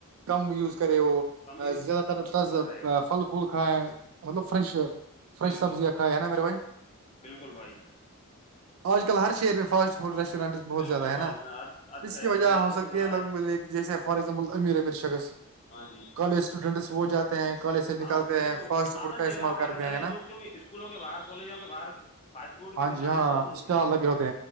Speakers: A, on the right (about 70°); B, on the left (about 30°).
A: کم یوز کرے وہ
B: کم یوز
A: زیادہ
B: کریں
A: تر
B: تو بہت
A: ترز
B: اچھا رہے
A: پھل
B: گا
A: پھول کھائے ہیں مطلب فریش فریش
B: بالکل
A: سبزیاں کھائے ہے نا میرے بھائی
B: ہاں جی بالکل بھائی
A: آج کل ہر شعر میں فاسٹ فڈیسٹورینٹس بہت
B: بالکل
A: زیادہ ہے
B: بھائی
A: نا
B: جان ہر ہر
A: اس
B: شہر
A: کی وجہ
B: میں ایسا
A: ہو سکتی
B: ہی رہا
A: ہے لوگ جیسے فار ایگزامپل امیر امیر شخص
B: ہاں جی
A: کالج اسٹوڈنٹس وہ جاتے ہیں کالج سے
B: ہاں
A: نکلتے
B: کیکہ
A: ہیں فاسٹ فوڈ
B: آپ نے
A: کا استعمال
B: دیکھا ہوگا
A: کرتے
B: آج کل
A: ہیں
B: ہے
A: نا
B: جو کی اسکولوں کے باہر کالجوں کے باہر فاسٹ فوڈ
A: ہاں
B: کی دکانیں
A: جی ہاں
B: بہت ہوتی
A: اسٹال
B: ہیں
A: لگے ہوتے